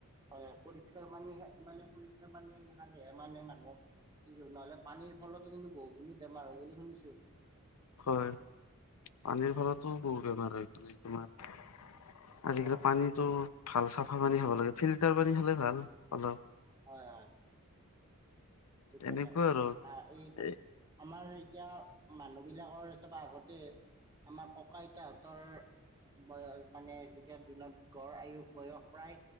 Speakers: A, on the right; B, on the left.
A: হয়, পৰিষ্কাৰ পানী হে মানে পৰিষ্কাৰ পানী খালেহে মানে মানুহৰ কিন্তু নহলে পানীৰ ফলতো কিন্তু বহুতখিনি বেমাৰ হয় বুলি শুনিছো।
B: হয়, পানীৰ ফলতো বহুত বেমাৰ হয় মানে তোমাৰ আজিকালি
A: অ
B: পানীটো ভাল চাফা পানী খাব লাগে ফিল্টাৰ পানী খালে ভাল অলপ।
A: হয় হয় ঠিক
B: এনেকুৱা
A: কথা কৈছা,
B: আৰু
A: আ এই
B: এ
A: আমাৰ এতিয়া মানুহবিলাকৰ চাবা আগতে আমাৰ ককা-আইতাহঁতৰ বয়স মানে তেতিয়া দিনত গড় আয়ুস বয়স প্ৰায়